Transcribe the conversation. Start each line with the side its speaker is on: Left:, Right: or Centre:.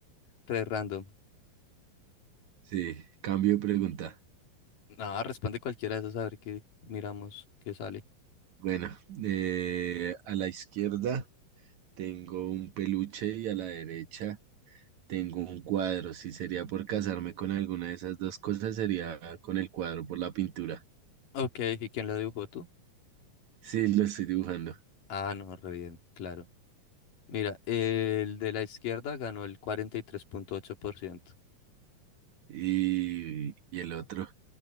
Left: Tres random.
Right: Sí, cambio de pregunta.
Left: Ah, responde cualquiera de esas a ver qué miramos, qué sale.
Right: Bueno, eh, a la izquierda. Tengo un peluche y a la derecha tengo un cuadro. Si sería por casarme con alguna de esas dos cosas, sería con el cuadro por la pintura.
Left: Ok, ¿y quién la dibujó tú?
Right: Sí, lo estoy dibujando.
Left: Ah, no, re bien, claro. Mira, el de la izquierda ganó el 43.8%.
Right: Y, y el otro,